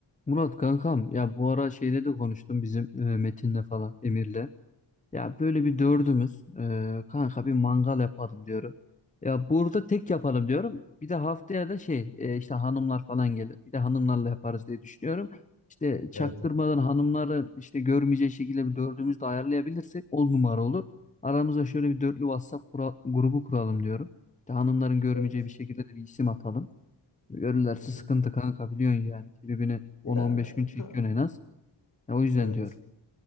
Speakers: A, on the left; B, on the left.
A: Murat kankam ya bu ara şeyle de konuştum bizim e, Metin'le falan Emir'le. Ya böyle bir dördümüz e, kanka bir mangal yapalım diyorum. Ya burada tek yapalım diyorum. Bir de haftaya da şey e, işte hanımlar falan gelir. Bir de hanımlarla yaparız diye düşünüyorum. İşte çaktırmadan
B: Evet evet.
A: hanımları işte görmeyeceği şekilde bir dördümüz de ayarlayabilirsek on numara olur. Aramıza şöyle bir dörtlü WhatsApp kura- grubu kuralım diyorum. İşte hanımların görmeyeceği
B: Evet.
A: bir şekilde de bir isim atalım. Görürlerse
B: Hı
A: sıkıntı kanka biliyorsun yani. Tribini
B: Ya
A: 10-15 gün çekiyorsun
B: ka-
A: en az. Ya o yüzden
B: evet.
A: diyorum.